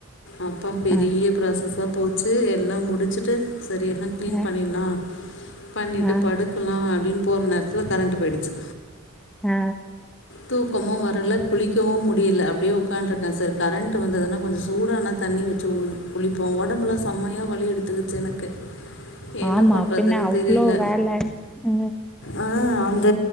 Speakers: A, on the left; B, in the centre.
A: அப்பா பெரிய
B: ஆ
A: ப்ராசஸ்ஸா போச்சு எல்லா முடிச்சுட்டு செரி எல்லா க்ளீன்
B: அ
A: பண்ணிர்லா பண்ணிட்டு
B: ஆ
A: படுக்கலா அப்டின்னு போற நேரத்துல கரண்ட் போயிடுச்சு
B: ஆ
A: தூக்கமு வரல குளிக்கவு முடியல அப்டியே ஒக்கான்டு இருக்கே செரி கரண்ட் வந்ததுன்னா கொஞ்ச சூடான தண்ணி வெச்சு குளிப்போ ஒடம்புலா செம்மையா வழி எடுத்துக்குச்சு எனக்கு என்ன
B: ஆமா
A: பண்றதுன்னு
B: பின்ன அவ்ளோ
A: தெரியுல
B: வேல அ
A: ஆ அந்த